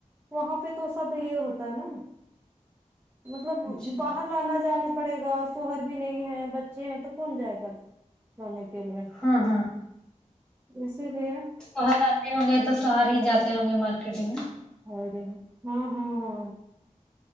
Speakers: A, on the right; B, in the centre.
A: وہاں پہ تو سب یہ ہوتا ہے نا مطلب
B: اچھا
A: باہر تو انا جانا پڑے گا شوہر بھی نہیں ہے بچے ہیں تو کون جائے گا جانے کے لیے
B: ہاں ہاں
A: اسی لیے
B: شوہر آتے ہوں گے تو شوہر ہی جاتے ہوں گے مارکیٹنگ میں
A: ہی ہا ہا ہا